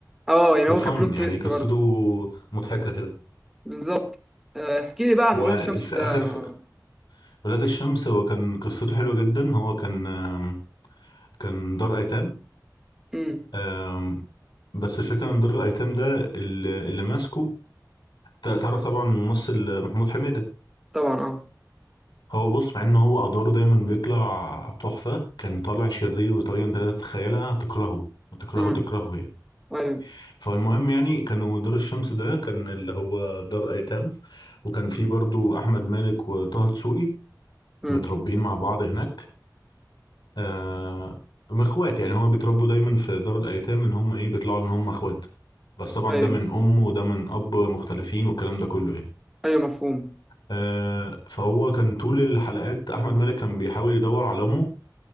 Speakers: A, in the centre; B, on the left.
A: اه يعني
B: وفن
A: هو كان بلوت
B: يعني
A: تويست
B: قصته
A: برضه
B: مضحكة كده
A: بالظبط آه، احكي لي بقى عن
B: هو
A: مواليد الشمس
B: في اخر
A: ده أنا...
B: في ولاد الشمس هو كان قصته حلوة جدا هو كان آم، كان دار ايتام
A: امم
B: آم، بس الفكرة ان دار الايتام ده اللي اللي ماسكه تع- تعرف طبعا الممثل محمود حميدة
A: طبعا اه
B: هو بص مع ان هو ادواره دايما بيطلع تحفه كان طالع شرير بطريقه انت لا تتخيلها تكرهه وتكرهه
A: امم
B: تكرهه يعني
A: ايوه
B: فالمهم يعني كانوا دار الشمس ده كان اللي هو دار ايتام وكان فيه برضو احمد مالك وطه دسوقي
A: امم
B: متربيين مع بعض هناك آه هم اخوات يعني هما بيتربوا دايما في دار الايتام ان هم ايه بيطلعوا ان هم اخوات بس طبعا
A: ايوه
B: ده من ام وده من اب مختلفين والكلام ده كله يعني
A: ايوه مفهوم
B: آه فهو كان طول الحلقات احمد مالك كان بيحاول يدور على امه